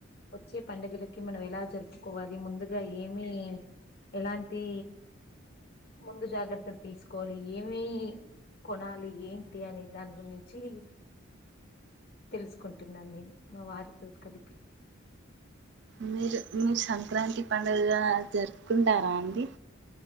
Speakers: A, on the left; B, on the right.
A: వచ్చే పండుగలకి మనం ఎలా జరుపుకోవాలి ముందుగా ఏమి ఎలాంటి ముందు జాగ్రత్తలు తీసుకోవాలి ఏమి కొనాలి ఏంటి అనే దాని గురించి తెలుసుకుంటున్నాను నేను మా వారితో కలిపి
B: మీరు మీరు సంక్రాంతి పండుగ గన జరుపుకుంటారా అండి